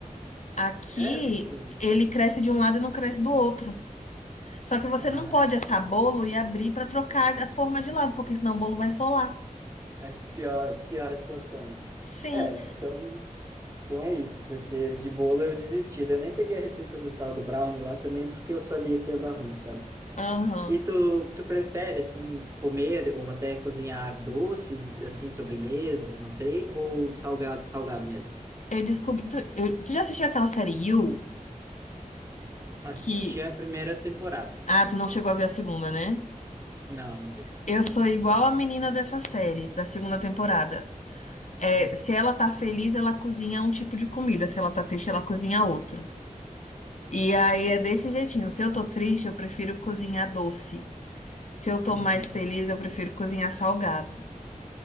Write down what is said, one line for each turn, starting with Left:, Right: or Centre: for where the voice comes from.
Left: Aqui
Right: É, porque
Left: ele cresce de um lado e não cresce do outro. Só que você
Right: ah,
Left: não pode assar bolo e abrir para trocar a forma de lado, porque senão o bolo vai solar.
Right: é pior, pior a situação, né?
Left: Sim,
Right: É, então, então é isso, porque de bolo eu desisti. Eu nem peguei a receita do tal do brownie lá também, porque eu sabia que ia dar ruim, sabe?
Left: aham.
Right: E tu, tu prefere, assim, comer ou até cozinhar doces, assim, sobremesas, não sei, ou salgado, salgado mesmo?
Left: Eu descobri. Tu, eu- tu já assistiu aquela série You?
Right: Assisti
Left: Que.
Right: a primeira temporada.
Left: Ah, tu não chegou a ver a segunda, né?
Right: Não, não vi.
Left: Eu sou igual
Right: Que-
Left: a menina dessa série, da segunda temporada. É,
Right: ah,
Left: se ela tá feliz, ela cozinha um tipo de comida. Se ela tá triste, ela cozinha outro. E aí é desse jeitinho. Se eu tô triste, eu prefiro cozinhar doce. Se eu tô
Right: uhum.
Left: mais feliz, eu prefiro cozinhar salgado.